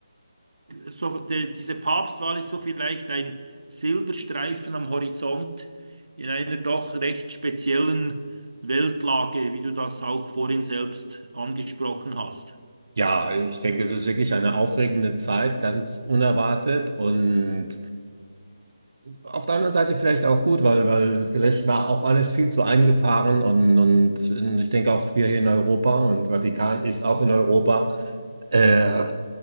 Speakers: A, on the right; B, on the right.
A: so, de, diese Papstwahl ist so vielleicht ein Silberstreifen am Horizont in einer doch recht speziellen Weltlage, wie du das auch vorhin selbst angesprochen hast.
B: Ja, ich denke, es ist wirklich eine aufregende Zeit, ganz unerwartet und Auf der anderen Seite vielleicht auch gut, weil, weil vielleicht war auch alles viel zu eingefahren und, und ich denke auch wir hier in Europa und Vatikan ist auch in Europa, äh,